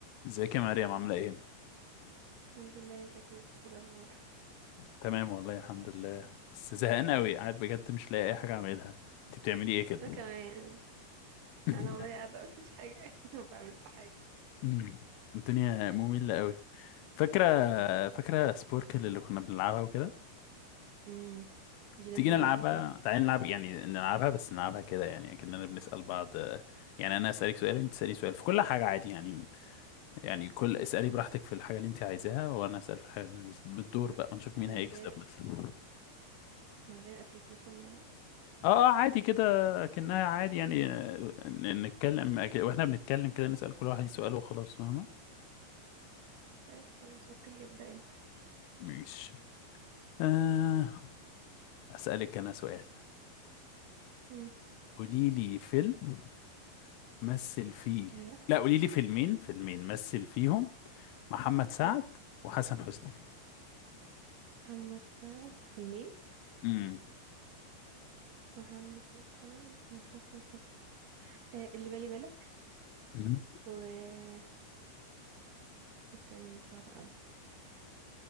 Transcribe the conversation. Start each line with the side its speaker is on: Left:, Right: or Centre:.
Left: ازيك يا مريم عاملة ايه؟
Right: الحمد لله يا زكي يوسف إيه الاخبار
Left: تمام والله الحمد لله بس زهقان قوي قاعد بجد مش لاقي اي حاجة اعملها انت بتعملي ايه كده؟
Right: انا كمان
Left: <laughs>
Right: انا والله قاعده اقول مفيش حاجه <laughs> ما بعملش حاجه
Left: أمم، الدنيا مملة قوي فاكرة
Right: اه الصراحه
Left: فاكرة سبوركل اللي كنا بنلعبها وكده؟
Right: امم دي لذيذه
Left: تيجي نلعبها
Right: قوي
Left: تعالي نلعب يعني نلعبها بس نلعبها كده يعني كأننا بنسأل بعض يعني انا اسألك سؤال وانت تسألي سؤال في كل حاجة عادي يعني يعني كل اسألي براحتك في الحاجة اللي انت عايزاها وانا اسأل في الحاجة اللي انا عايزها بالدور بقى ونشوف مين
Right: من
Left: هيكسب
Right: غير
Left: مثلا
Right: من غير ابلكيشن يعني
Left: اه آه، عادي كده كأنها عادي يعني آه، ن- نتكلم أك- واحنا بنتكلم كده نسأل كل واحد سؤال وخلاص فاهمة
Right: طيب خلاص اوكي ابدا انت
Left: ماشي آه أسألك أنا سؤال
Right: امم
Left: قولي لي فيلم مثل فيه
Right: ايوه
Left: لا قولي لي فيلمين فيلمين مثل فيهم محمد سعد
Right: مم.
Left: وحسن حسني
Right: محمد سعد فيلمين
Left: امم
Right: محمد سعد وحسن حسني آه اللي بالي بالك
Left: مم.
Right: و إيه التانية دي صعبة قوي